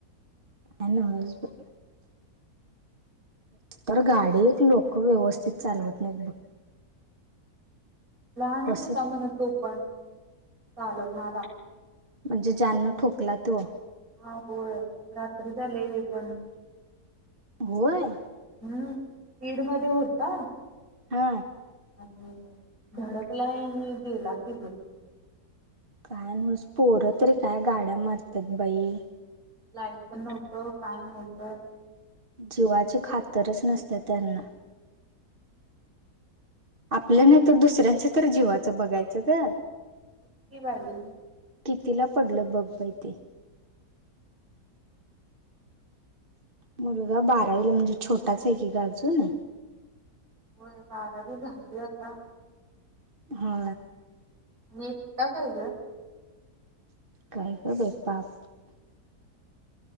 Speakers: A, on the right (about 35°); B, on the right (about 65°).
A: आणिनस ब तर गाडी एक लोक व्यवस्थित चालवत नाहीत बघ.
B: लहानच
A: कसं
B: होता म्हण तो पण चालो न रा
A: म्हणजे जा्यांनण ठोकला तो
B: हा हो रात्री झाले हे पण
A: होय.
B: हम् पीड मध्ये होता.
A: हा.
B: आणि धडकला गेला किझ
A: काय नूस पोरं तरी काय गाड्या मारतात बाई.
B: लाई पण नव्हतं काय नव्हतं.
A: जीवाची खातरच नसते त्यांना आपल्या नाही तर दुसऱ्यांच तर जीवाचं बघायचं ग.
B: <unintelligible>
A: कितीला पडलं बघ बाई ते मुलगा बारावीला म्हणजे छोटाच आहे की ग अजून.
B: हो बारावी झाली आता.
A: हा.
B: निता काय ग.
A: काय ग बाई पाप